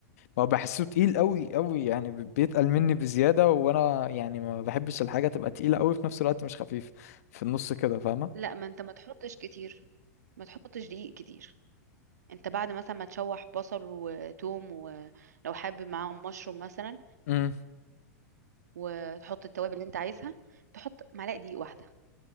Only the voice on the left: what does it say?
ما بحسه تقيل قوي قوي يعني بي- بيتقل مني بزيادة وانا يعني ما بحبش الحاجة تبقى تقيلة قوي في نفس الوقت مش خفيف في النص كده فاهمة
امم